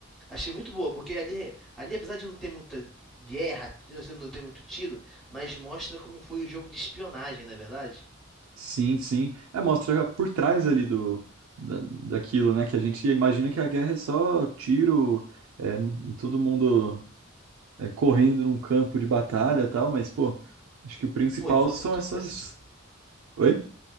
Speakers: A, in the centre; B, on the right (about 80°).
A: Achei muito boa, porque ali, ali apesar de não ter muita guerra, assim, não ter muito tiro, mas mostra como foi o jogo de espionagem, não é verdade?
B: sim, sim. É, mostra por trás ali do, da- daquilo, né? Que a gente imagina que a guerra é só tiro, é, todo mundo é, correndo num campo de batalha e tal, mas, pô, acho que o principal
A: Pô, envolve
B: são
A: muita
B: essas.
A: coisa, pô.
B: Oi?